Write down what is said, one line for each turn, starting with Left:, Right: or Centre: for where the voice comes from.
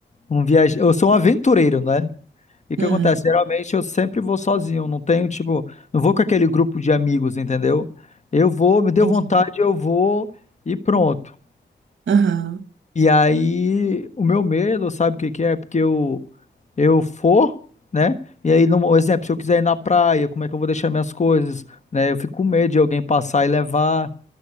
Left: um viaj... eu sou um aventureiro, né? E o
Right: hum,
Left: que acontece? Geralmente eu sempre vou sozinho, não tenho, tipo, não vou com aquele grupo de amigos, entendeu? Eu vou, me deu
Right: entendi.
Left: vontade, eu vou e pronto.
Right: Aham.
Left: E aí, o meu medo, sabe o que que é? Porque eu, eu for, né? E aí, no exemplo, se eu quiser ir na praia, como é que eu vou deixar minhas coisas, né? Eu fico com medo de alguém passar e levar.